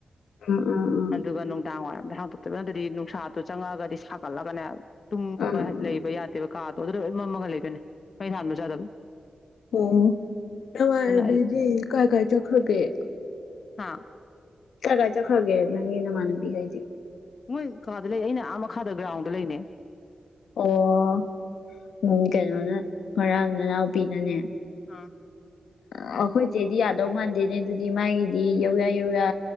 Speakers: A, on the left; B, on the left.
A: ꯎꯝ ꯎꯝ ꯎꯝ
B: ꯑꯗꯨꯒ ꯅꯨꯡꯗꯥꯡ ꯋꯥꯏꯔꯝ ꯑꯗ ꯍꯥꯡꯗꯣꯛꯇꯕꯤꯪꯗꯗꯤ ꯅꯨꯡꯁꯥꯗꯣ ꯆꯪꯉꯛꯑꯒꯗꯤ ꯁꯥꯒꯠꯂꯒꯅꯦ ꯇꯨꯝꯕ
A: ꯎꯝ
B: ꯂꯩꯕ ꯌꯥꯗꯦꯕ ꯀꯥ ꯇꯗ ꯂꯣꯏ ꯃꯃꯒ ꯂꯩꯗꯣꯏꯅꯦ ꯃꯩ ꯊꯥꯟꯕ ꯆꯥꯗꯕ
A: ꯑꯣ ꯅꯃꯥꯏꯕꯤꯗꯤ
B: ꯑꯩ
A: ꯀꯥꯏ ꯀꯥꯏ ꯆꯈꯒꯦ
B: ꯍꯥꯥ
A: ꯆꯠꯈ ꯆꯠꯈ꯭ꯔꯒꯦ ꯅꯪꯒꯤ ꯅꯃꯥꯟꯅꯕꯤꯈꯩꯗꯤꯦ
B: ꯃꯣꯏ ꯀꯥꯗ ꯂꯩ ꯑꯩꯅ ꯑꯥ ꯃꯈꯥꯗ ꯒ꯭ꯔꯥꯎꯟꯗ ꯂꯩꯅꯦ
A: ꯑꯣ ꯎ ꯀꯩꯅꯣꯅ ꯉꯔꯥꯡ ꯅꯅꯥꯎꯄꯤꯅꯅꯦ
B: ꯑ
A: ꯑ ꯑꯩꯈꯣꯏꯁꯦꯗꯤ ꯌꯥꯗꯧ ꯃꯥꯟꯗꯦꯅꯦ ꯑꯗꯨꯗꯤ ꯃꯥꯒꯤꯗꯤ ꯌꯧꯔ ꯌꯧꯔ